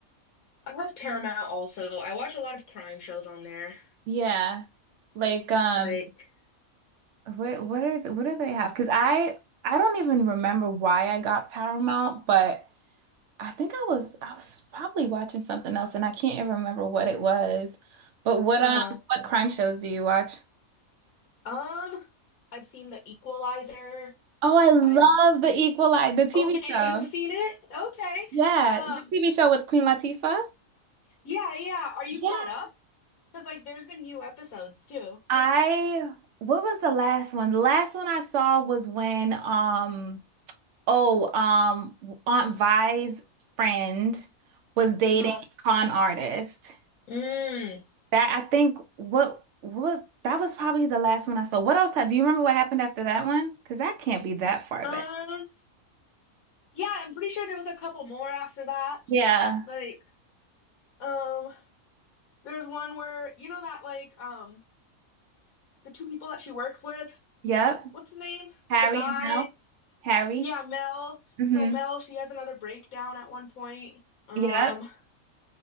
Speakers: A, on the left; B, on the right.
A: I love Paramount also. I watch a lot of crime shows on there.
B: Yeah. Like um
A: Like,
B: what what are the, what do they have? Because I I don't even remember why I got Paramount, but I think I was I was probably watching something else and I can't even remember what it was. But what
A: uh-huh.
B: um what crime shows do you watch?
A: Um, I've seen The Equalizer.
B: Oh, I love
A: I've s-
B: The Equalizer, the TV
A: okay,
B: show.
A: you've seen it? Okay.
B: Yeah,
A: Um,
B: the TV show with Queen Latifah.
A: yeah, yeah. Are you
B: Yeah.
A: caught up? Because like there's been new episodes too.
B: I what was the last one? The last one I saw was when um oh um Aunt Vi's friend was dating
A: No.
B: a con artist.
A: Mm.
B: That I think what what was that was probably the last one I saw. What else had, do you remember what happened after that one? Because that can't be that far
A: Um,
B: back.
A: yeah, I'm pretty sure there was a couple more after that.
B: Yeah.
A: Like, um, there's one where you know that like um the two people that she works with,
B: Yep.
A: what's his name?
B: Harry
A: The guy.
B: and Mel. Harry.
A: Yeah, Mel.
B: hmm
A: So Mel, she has another breakdown at one point. Um
B: Yep.